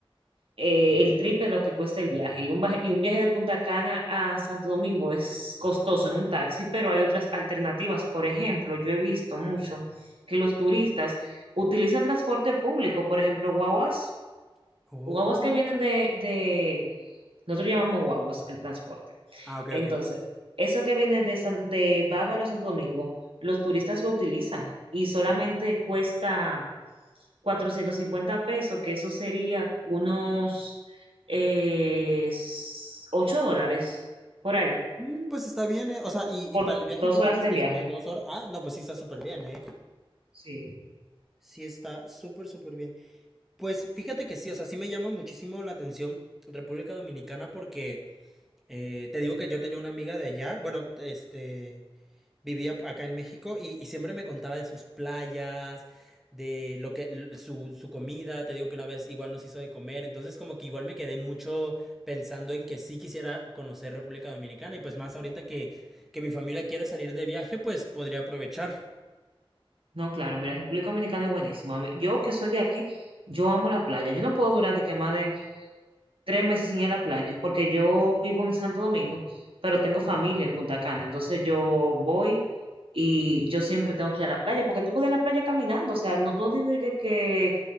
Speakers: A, on the right (about 70°); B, in the centre.
A: eh, el triple de lo que cuesta el viaje. Y un, baje- y un viaje de Punta Cana a Santo Domingo es costoso en un taxi, pero hay otras alternativas. Por ejemplo, yo he visto mucho que los turistas utilizan transporte público, por ejemplo, guaguas
B: Oh.
A: guaguas que vienen de, de- nosotros llamamos guaguas al transporte.
B: Ah, ok,
A: Entonces,
B: ok.
A: eso que viene de, San- de Bávaro a Santo Domingo, los turistas lo utilizan y solamente cuesta 450 pesos, que eso sería unos eh, 8 dólares por ahí,
B: Mm, Pues está bien, eh. O sea, y,
A: por
B: y para el viaje
A: dos
B: que me
A: horas
B: dices
A: de
B: que
A: viaje.
B: es como de dos horas. Ah, no, pues sí está súper bien, ¿eh?
A: Sí,
B: Sí, está súper, súper bien. Pues fíjate que sí, o sea, sí me llama muchísimo la atención República Dominicana porque eh, te digo que yo tenía una amiga de allá, bueno, este, vivía acá en México y, y siempre me contaba de sus playas, de lo que, l- su, su comida, te digo que una vez igual nos hizo de comer, entonces como que igual me quedé mucho pensando en que sí quisiera conocer República Dominicana y pues más ahorita que, que mi familia quiere salir de viaje, pues podría aprovechar.
A: no, claro, mira, República Dominicana es buenísima. A mí- Yo que soy de aquí, yo amo la playa. Yo no puedo durar de que más de tres meses sin ir a la playa, porque yo vivo en Santo Domingo, pero tengo familia en Punta Cana, entonces yo voy y yo siempre tengo que ir a la playa, porque tú puedes ir a la playa caminando, o sea, no tú no tienes que, que